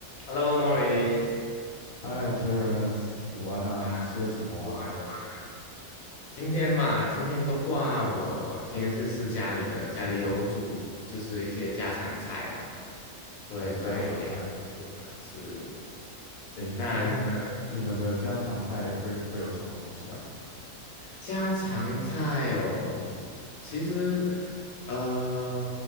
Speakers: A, on the left (about 75°); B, on the left (about 55°).
A: Hello, Morris，
B: Hi, t e r e n c e 午安啊！
A: 啊，
B: 你吃的什么啊？
A: 午安，午安。今天嘛，今天的话，我今天是吃家里的，家里有煮，就是一些家常菜啦。对，
B: 哦，
A: 所以也没有不完是。
B: 家常菜。诶，
A: 那你呢？
B: 那
A: 嗯
B: 你们的家常菜会会有什么东西啊？
A: 家常菜哦，其实，呃，